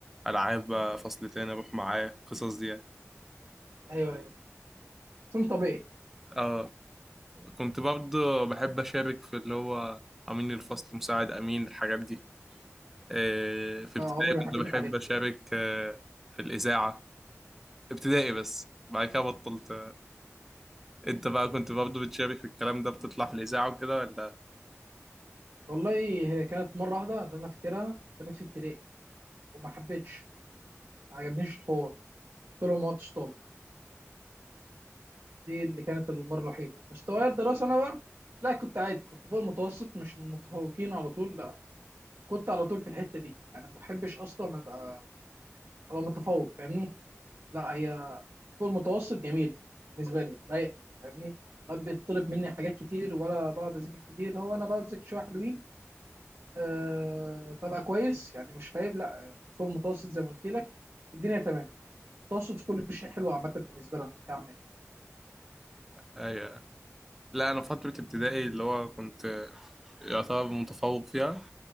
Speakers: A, in the centre; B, on the right.
A: ألعاب بقى فصل تاني أروح معاه القصص دي يعني.
B: ايوه ايوه سن طبيعي
A: اه كنت برضه بحب أشارك في اللي هو أمين الفصل مساعد أمين الحاجات دي آه، في ابتدائي
B: آه، عمري ما
A: كنت
B: حبيت الحاجات
A: بحب أشارك
B: دي
A: آه، في الإذاعة ابتدائي بس بعد كده بطلت انت بقى كنت برضه بتشارك في الكلام ده بتطلع في الاذاعه وكده ولا
B: والله هي كانت مره واحده اللي انا فاكرها كانت في ابتدائي وما حبيتش ما عجبنيش الحوار قلت لهم ما عدتش طالب دي اللي كانت المره الوحيده مستواي الدراسه انا بقى لا كنت عادي كنت فوق المتوسط مش من المتفوقين على طول لا كنت على طول في الحته دي انا ما بحبش اصلا ابقى ابقى متفوق فاهمني لا هي فوق المتوسط جميل بالنسبه لي رايق فاهمني ما بيطلب مني حاجات كتير ولا بقعد اذاكر كتير هو انا بقعد اذاكر شويه حلوين أه ببقى كويس يعني مش خايب لا آه، فوق المتوسط زي ما قلت لك الدنيا تمام المتوسط في كل شيء حلو عامه بالنسبه لنا كعمل
A: ايوه لا انا فتره ابتدائي اللي هو كنت يعتبر متفوق فيها